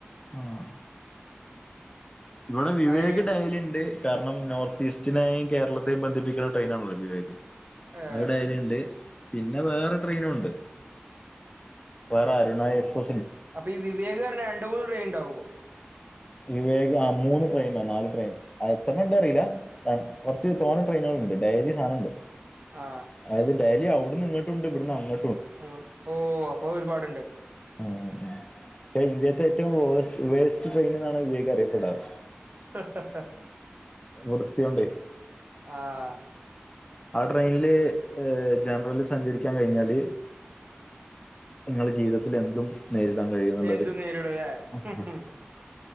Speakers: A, on the left; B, on the right.
A: ആഹ് ഇവിടെ വിവേക്
B: അയിന്
A: ഡയലിണ്ട് കാരണം നോർത്ത് ഈസ്റ്റിനെയും കേരളത്തെയും ബന്ധിപ്പിക്കുന്ന ടെയിനാണല്ലോ വിവേക്
B: ഏ
A: ഡെയ്ലിണ്ട് പിന്നെ വേറെ ട്രെയിനുണ്ട് വേറെ അരുണ എക്സ്പ്ര
B: അപ്പൊ ഈ വിവേക്ന്നർഞ്ഞ രണ്ട് മൂന്ന് ട്രയിൻണ്ടാവോ?
A: വിവേക് ആഹ് മൂന്ന് ട്രെയിനാ നാല് ട്രെയിൻ ആഹ് എത്രണംണ്ട്അറീല രം കൊർച്ച് തോന്നെ ട്രെയിനാള്ണ്ട് ഡെയ്ലി സാനണ്ട്.
B: ആ
A: അയ്ത് ഡെയ്ലി അവ്ട്ന്ന് ഇങ്ങട്ടുണ്ട് ഇവട്ന്ന് അങ്ങ
B: ഉം ഓ അപ്പൊ ഒരുപാടുണ്ട്.
A: ഉം യേ ഇന്ത്യേത്തെ ഏറ്റും വോയ്സ് വേസ്റ്റ് ട്രെയ്ന്ന്നാണ് വിവേകറിയപ്പെടാറ്.
B: ഹ ഹ ഹ
A: വൃത്തിയുണ്ടേ
B: ആഹ്
A: ആ ട്രെയ്ന്ല് ഹ് ജനറൽല് സഞ്ചരിക്കാൻ കഴിഞ്ഞാല് നിങ്ങള് ജീവിതത്തിൽ എന്തും നേരിടാൻ കഴിയും ന്ന്ള്ളൊരു
B: എന്തും നേരിടും അല്ലേ
A: ഉം ഉം